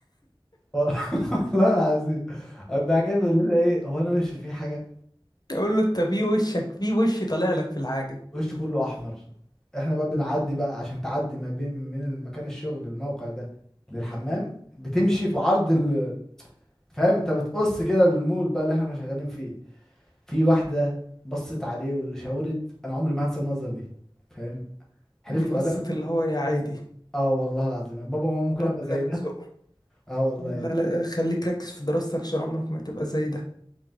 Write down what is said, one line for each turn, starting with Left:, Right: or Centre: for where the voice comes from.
Centre: <laughs> والله العظيم قام بعد كده بيقول لنا ايه هو انا وشي فيه حاجه
Left: يقول له انت في وشك في وش طالع لك في الحاجة
Centre: وشه كله احمر احنا بقى بنعدي بقى عشان تعدي ما بين من المكان الشغل الموقع ده للحمام بتمشي في عرض ال... فاهم انت بتقص كده المول بقى اللي احنا كنا شغالين فيه في واحدة بصت عليه وشاورت أنا عمري ما هنسى النظرة دي فاهم حلفت
Left: دي بصة
Centre: بعدها
Left: اللي هو يا عادي
Centre: اه والله العظيم بابا وماما ممكن
Left: ربنا
Centre: ابقى زي
Left: يرزقه
Centre: ده اه والله
Left: لا
Centre: يا ابني.
Left: لا خليك ركز في دراستك عشان عمرك ما تبقى زي ده